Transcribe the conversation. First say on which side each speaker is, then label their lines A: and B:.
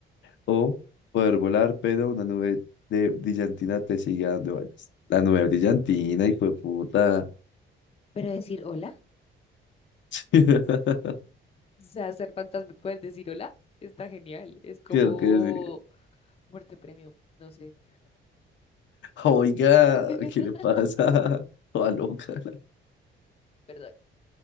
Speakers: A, on the left; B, on the left.
A: O poder volar, pero una nube de brillantina te sigue a donde vayas. La nube brillantina, hijo de puta.
B: Pero decir hola,
A: <laughs>
B: o sea, hacer fantasma, poder decir hola, está genial. Es como
A: Creo que sí.
B: muerte premium, no sé.
A: Oiga,
B: <laughs>
A: ¿qué le pasa? <laughs> Toda loca,
B: Perdón.